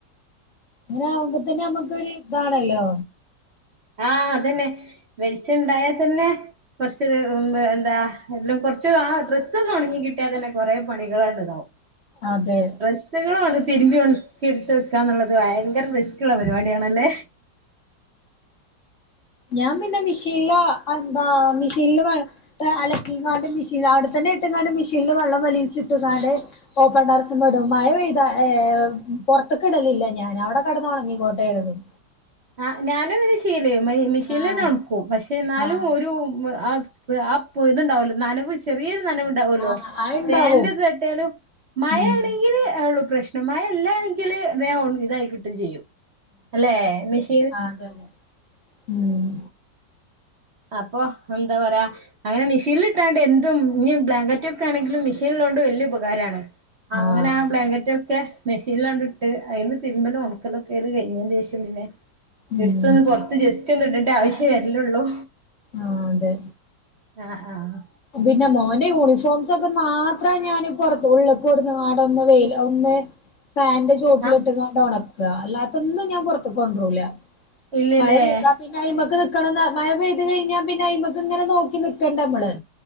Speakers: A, on the left (about 45°); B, on the right (about 45°).
A: ങ്ങനെ ആകുമ്പോതന്നെ അമ്മക്കൊരു താണല്ലോ
B: ആഹ് അതന്നെ വെളിച്ചണ്ടായാ തന്നെ കുറച്ചൊരു ഹും എന്താ എല്ലാം കൊറച്ച് ആ ഡ്രസ്സ് ഒന്ന് ഉണങ്ങി കിട്ടിയാൽ തന്നെ കൊറെ പണികളാണ്ട് ഇതാവും <inaudible>
A: അതെ
B: ഡ്രസ്സ്കളു അത് തിരുമ്പി ഒണക്കി എടുത്ത് വെക്കാ എന്നുള്ളത് ഭയങ്കര റിസ്ക്ള്ള പരിപാടിയാണല്ലേ
A: ഞാൻ പിന്നെ മിഷീല്ല എന്താ മിഷീനില് വേള് അലക്കിങ്ങാണ്ട് മെഷീൻ അവിടെത്തന്നെ ഇട്ട്ങ്ങാണ്ട് മെഷീനില് വെള്ളം വലീച്ചിട്ട്ങ്ങാണ്ട് ഓപ്പൺടെറസ്മ്മടും മഴ പെയ്ത ഹേ പുറത്ത്ക്ക്ടലില്ല ഞാൻ അവിടെ കെടന്ന് ഒണങ്ങികോട്ടെ കരുതും
B: ആഹ് ഞാനുങ്ങനെ ചെയ്യല് മെ മെഷീൻല്ന്നെണക്കും
A: ആഹ്
B: പക്ഷെ എന്നാലും
A: ആഹ്
B: ഒരു ആഹ് പ്പ് ആഹ് പ്പൊ ഇതുണ്ടാവല്ലോ നനവ് ചെറീരു നനവു ണ്ടാവല്ലോ
A: ആഹ് അത്ണ്ടാവും
B: ഫാന്റെത് തട്ടിയാലും മഴേണ്
A: ഉം
B: ള്ളു പ്രശ്നം മഴല്ലാഎങ്കില് വേ ഒൺങ്ങി ഇതായി കിട്ടും ചെയ്യും അല്ലെ മേഷ്
A: ആഹ് അതെന്നേ ഉം
B: അപ്പൊ ന്താ പറിയ അങ്ങനെ മെഷീല്ട്ടാണ്ട് എന്തും ഞ്ഞി ബ്ലാങ്കറ്റ് ഒക്കെ ആണെങ്കിലും മെഷീന്ള്ളോണ്ട് വെല്യ ഉപകാരാണ് അങ്ങനെ
A: ആഹ്
B: ആബ്ലാങ്കറ്റൊക്കെ മെഷീൻലാണ്ട്ട്ട് അയിന്ന് തിരുമ്പലും ഉണക്കലൊക്കെ അത് കഴിഞ്ഞേന്റെഷം പിന്നെ
A: ഉം
B: എടുത്തൊന്ന് പുറത്ത് ജസ്റ്റ് ഒന്ന് ഇടേണ്ട ആവശ്യം വരലൊള്ളൂ
A: ആഹ് തെ
B: ആഹ് ആഹ്
A: പിന്നെ മോന്റെ യൂണിഫോംസ് ഒക്കെ മാത്ര ഞാൻ പൊറത്ത് ഉള്ളക്ക് കൊടന്ന്ങ്ങണ്ട് ഒന്ന് വെയിൽ ആവുന്നേ - ഫാന്റെ - തൊട്ടിലിട്ടുംക്കെ
B: ആഹ്
A: കൊണ്ട് ഒണക്കുക അല്ലാത്തൊന്നും ഞാൻ പൊറത്ത്ക്ക് കൊണ്ടൂല
B: ഇല്ലല്ലേ
A: മഴ പെയ്താ പിന്നെ - അയ്മക്ക് നിക്കണം മഴ പെയ്തി കഴിഞ്ഞാ പിന്നെ അയ്മക്കക്ക് ഇങ്ങനെ നോക്കി നിക്കക്കണ്ട നമ്മള്-